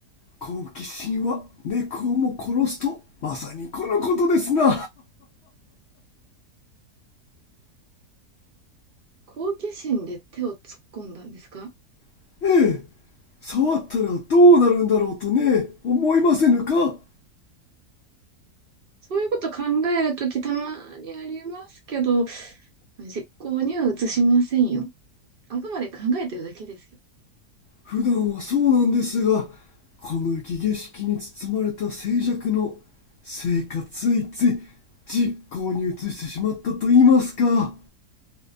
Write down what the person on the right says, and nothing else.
好奇心で手を突っ込んだんですか
そういうこと考えるときたまにありますけど、実行には移しませんよ。あくまで考えてるだけです